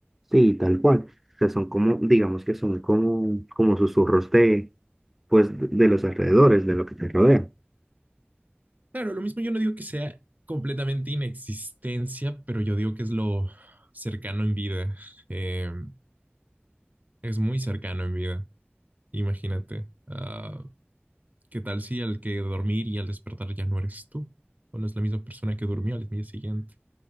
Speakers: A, in the centre; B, on the right.
A: Sí, tal cual. O sea, son como, digamos que son como, como susurros de, pues, de los alrededores, de lo que te rodea.
B: Claro, lo mismo yo no digo que sea completamente inexistencia, pero yo digo que es lo cercano en vida. Eh, es muy cercano en vida. Imagínate. ah, ¿qué tal si al que dormir y al despertar ya no eres tú? O no es la misma persona que durmió al día siguiente.